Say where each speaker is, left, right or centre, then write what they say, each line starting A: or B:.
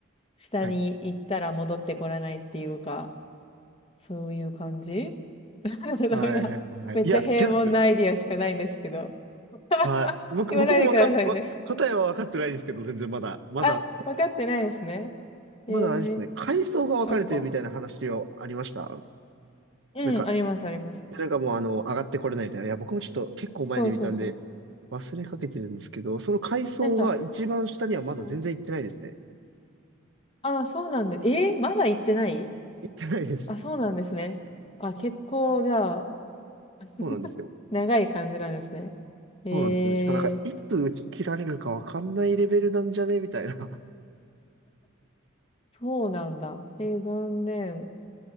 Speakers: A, on the left; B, on the right.
A: 下に行ったら戻ってこらないっていうか、
B: はい。
A: そういう感じ <laughs> ダメだ。<laughs> ダメだめっちゃ平凡なアイディアしかないんですけど。
B: はい。はい。はいいや、違うんですよ。
A: <laughs>
B: はい。僕、
A: 言わないでくださいね。
B: 僕もわかっ、わ、答えは分かってないんですけど、全然まだ、まだ、
A: あ、分かってないですね。ええ
B: まだあれですね、階層が分かれてるみたいな話はありました。
A: そっか。うん、
B: なんか、
A: あります、あります。
B: でなんかもうあの、上がってこれないみたいな。いや、僕もちょっと結構前に見たんで、
A: そうそうそう。
B: 忘れかけてるんですけど、その階層が一番下にはまだ全然行ってないですね。
A: なんか、そう。あそうなんで、えーまだ行ってない
B: 行ってないです。
A: あ、そうなんですね。あ、結構、じゃあ、<laughs>
B: そうなんですよ。
A: 長い感じなんですね。
B: そうなんですね。
A: えー、
B: しかもなんか、いつ打ち切られるかわかんないレベルなんじゃねみたいな。<laughs>
A: そうなんだ。えー残念。